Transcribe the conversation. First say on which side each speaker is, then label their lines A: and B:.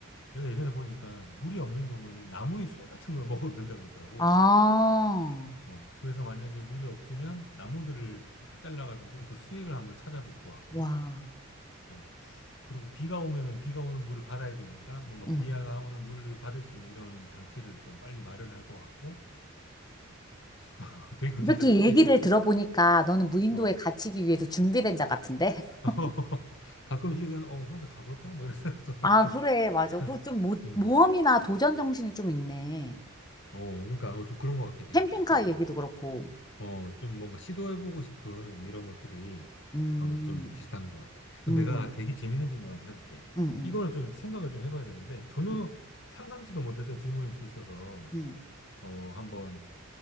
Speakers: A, on the left (about 60°); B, on the left (about 20°).
A: 내가 예전에 보니까 물이 없는 경우에는 나무의 수액 같은 걸 <laughs> 먹어도 된다 그러더라고.
B: 아,
A: 어, 그래서 만약에 물이 없으면 나무들을 다 잘라가지고 그 수액을 한번 찾아볼 것 같고,
B: 와.
A: 어, 그리고 비가 오면은 비가 오는 물을 받아야 되니까 뭔가
B: 음.
A: 비가 오는 물을 받을 수 있는 이런 장치를 좀 빨리 마련할 것 같고, <laughs> 되게 구체적이지?
B: 이렇게 얘기를
A: <laughs>
B: 들어보니까 너는 무인도에
A: 어.
B: 갇히기 위해서 준비된 자 같은데? <laughs>
A: <laughs> 가끔씩은, 어, 혼자 가볼까? 뭐 이런 생각도 하기도,
B: 아, 그래. 맞아.
A: <laughs>
B: 그 좀 모,
A: 음,
B: 모험이나 도전 정신이 좀 있네.
A: 어, 그러니까, 어, 좀 그런 것 같긴 해.
B: 캠핑카
A: 약간 좀
B: 얘기도
A: 그
B: 그렇고.
A: 어, 좀 뭔가 시도해보고 싶은 이런 것들이
B: 음,
A: 어, 좀 비슷한 것 같아. 그럼
B: 음.
A: 내가 되게 재밌는 질문 한번 해볼게.
B: 응,
A: 이거는 좀 생각을 좀 해봐야 되는데 전혀
B: 응
A: 상상치도 못했던 질문일 수 있어서
B: 응,
A: 어, 한번